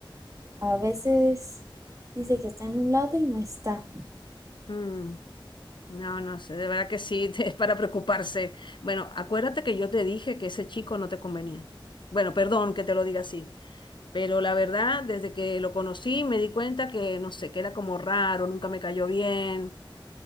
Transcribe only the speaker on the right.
A veces dice que está en un lado y no está.